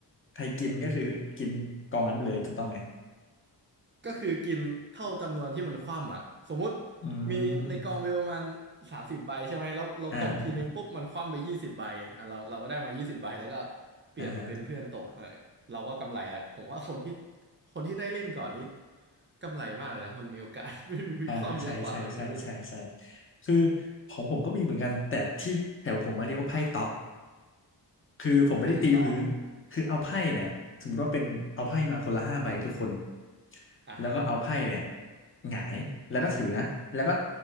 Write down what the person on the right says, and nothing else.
ก็คือกินเท่าจำนวนที่มันคว่ำอ่ะสมมุติ
มีในกองมีประมาณสามสิบใบใช่ไหมแล้วเราตบทีนึงปุ๊บมันคว่ำไปยี่สิบใบอ่ะเราเราก็ได้มายี่สิบใบแล้วก็
เปลี่ยนไปเป็นเพื่อนตบเออเราก็กำไรแหละผมว่าคนที่
คนที่ได้เล่นก่อนนี้กำไรมากเลยนะมันมีโอกาส <laughs> มีความเยอะกว่ายังไงไม่รู้
ไพ่เตาะอ่าฮะ